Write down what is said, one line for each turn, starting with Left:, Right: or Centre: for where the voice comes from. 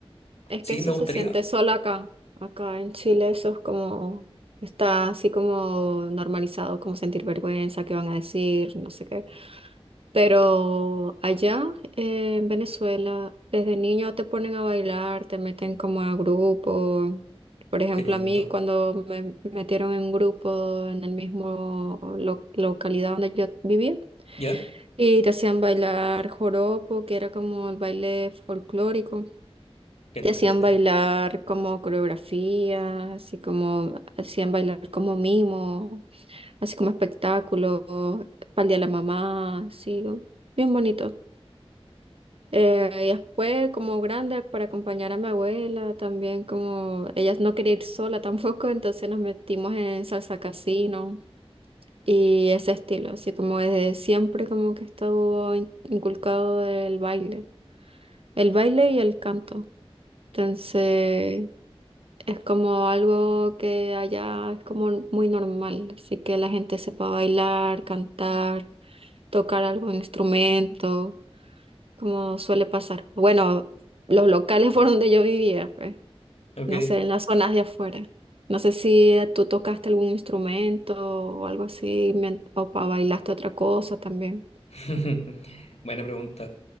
Right: Es
Left: Sí,
Right: que eso
Left: me gustaría.
Right: se siente solo acá. Acá en Chile eso es como, está así como normalizado, como sentir vergüenza, qué van a decir, no sé qué. Pero allá eh, en Venezuela, desde niño te ponen a bailar, te meten como a grupo. Por ejemplo,
Left: Qué lindo.
Right: a mí cuando me metieron en grupo en el mismo lo- localidad donde yo vivía
Left: ¿Ya?
Right: y te hacían bailar joropo, que era como el baile folclórico.
Left: Qué entrete.
Right: Te hacían bailar como coreografía, así como hacían bailar como mimo, así como espectáculo, para el día de la mamá, así, bien bonito. Eh, y después, como grande, para acompañar a mi abuela, también como ella no quería ir sola <laughs> tampoco, entonces nos metimos en salsa casino y ese estilo, así como desde siempre como que estuvo in- inculcado el baile, el baile y el canto. Entonces... Es como algo que allá es como muy normal, así que la gente sepa bailar, cantar, tocar algún instrumento, como suele pasar. Bueno, los locales <laughs> por donde yo vivía, pues,
Left: Ok.
Right: no sé, en las zonas de afuera. No sé si eh, tú tocaste algún instrumento o algo así, mien- o pa- bailaste otra cosa también.
Left: <laughs> Buena pregunta.